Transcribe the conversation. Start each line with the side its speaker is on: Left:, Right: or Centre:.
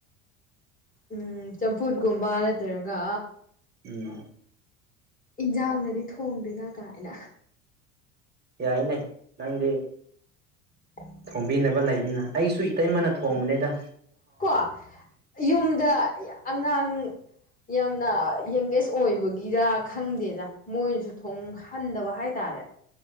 Left: ꯎꯝ ꯆꯝꯐꯨꯠꯀꯨꯝꯕ ꯅꯠꯇ꯭ꯔꯒ
Right: ꯎꯝ
Left: ꯏꯟꯁꯥꯡꯗꯗꯤ ꯊꯣꯡꯗꯦꯗ ꯀꯥꯏꯅ
Right: ꯌꯥꯏꯅꯦ ꯅꯪꯗꯤ
Left: <inaudible>
Right: ꯊꯣꯡꯕꯤꯅꯕ ꯂꯩꯕꯅꯤꯅ ꯑꯩꯁꯨ ꯏꯇꯩꯃꯅ ꯊꯣꯡꯕꯅꯦꯗ
Left: ꯀꯣ ꯌꯨꯝꯗ ꯑꯉꯥꯡ ꯌꯥꯝꯅ ꯌꯪꯒꯦꯁ ꯑꯣꯏꯕꯒꯤꯔ ꯈꯪꯗꯦꯗ ꯃꯣꯏꯅꯁꯨ ꯊꯣꯡꯍꯟꯗꯕ ꯍꯥꯏꯇꯥꯔꯦ